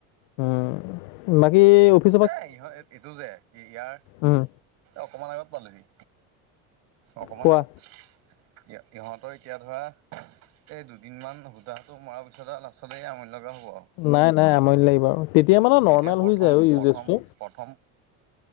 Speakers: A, on the left; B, on the right.
A: উম। বাকি অফি
B: এ, ইহঁত এইটো যে ইয়াৰ
A: উম
B: অকমান আগত পালোহি। অকমান
A: কোৱা
B: আগত। ই-ইহঁতৰ এতিয়া ধৰা এই দুদিনমান সূতাটো মৰাৰ পিছত আৰু লাষ্টতে এ, আমনি লগা হ'ব আৰু।
A: নাই নাই আমনি নালাগি বাৰু, তেতিয়া মানে নৰ্মেল
B: এতিয়া প্ৰথম
A: হৈ যায় ইউজেচটো।
B: প্ৰথম প্ৰথম,